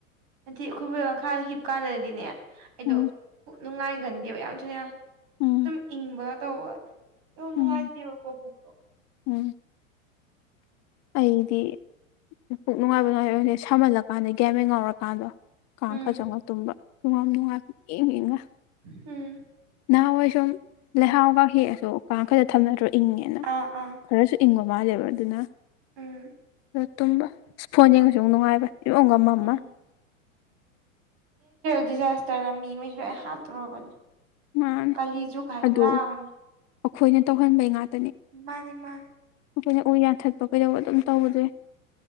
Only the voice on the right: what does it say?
ꯁꯟꯊꯤ ꯑꯩꯈꯣꯏꯕꯨ ꯃꯈꯈꯥꯗ ꯍꯤꯞꯀꯥꯟꯗꯔꯗꯤꯅꯦ ꯑꯩꯗꯣ
ꯅꯨꯡꯉꯥꯏꯒꯟꯗꯦꯕ ꯌꯥꯝ ꯊꯣꯏꯅ
ꯑꯗꯨꯝ ꯏꯪꯕ ꯇꯧꯧꯕ ꯅꯨꯡꯉꯥꯏꯇꯕꯀꯣꯛꯇꯣ
ꯎꯝ
ꯎꯝ
ꯑꯥ ꯑꯥ
ꯎꯝ
ꯎꯝ ꯗꯤ ꯆꯁꯅ ꯃꯤ ꯃ ꯍꯥꯇꯔꯣꯕꯅꯦ
ꯀꯂꯤꯖꯣꯛ ꯈꯥꯏꯂ
ꯃꯅꯤ
ꯃꯥꯅꯤ ꯃꯥ